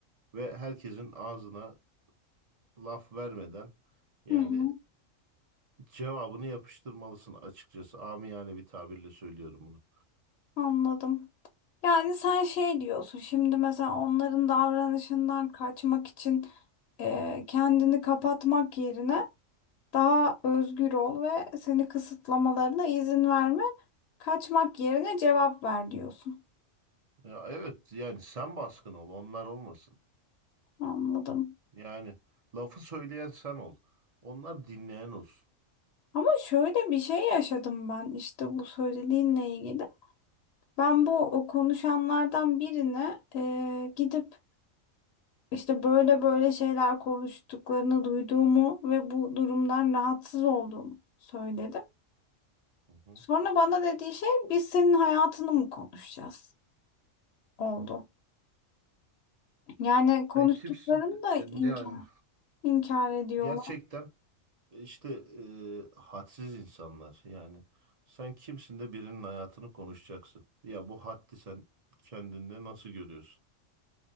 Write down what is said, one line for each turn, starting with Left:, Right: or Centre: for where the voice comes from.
Right: ve herkesin ağzına laf vermeden yani
Left: Hı hı.
Right: cevabını yapıştırmalısın açıkçası. Amiyane bir tabirle söylüyorum bunu.
Left: Anladım. Yani sen şey diyorsun şimdi mesela onların davranışından kaçmak için e, kendini kapatmak yerine daha özgür ol ve seni kısıtlamalarına izin verme. Kaçmak yerine cevap ver diyorsun.
Right: Ya evet yani sen baskın ol, onlar olmasın.
Left: Anladım.
Right: Yani lafı söyleyen sen ol. Onlar dinleyen olsun.
Left: Ama şöyle bir şey yaşadım ben işte bu söylediğinle ilgili. Ben bu o konuşanlardan birine e, gidip İşte böyle böyle şeyler konuştuklarını duyduğumu ve bu durumdan rahatsız olduğumu söyledim.
Right: Hı hı.
Left: Sonra bana dediği şey biz senin hayatını mı konuşacağız oldu. Yani konuştuklarını
Right: Sen kimsin?
Left: da
Right: Yani,
Left: inkar,
Right: yani
Left: inkar ediyorlar.
Right: gerçekten e, işte e, hadsiz insanlar. Yani sen kimsin de birinin hayatını konuşacaksın. Ya bu haddi sen kendinde nasıl görüyorsun?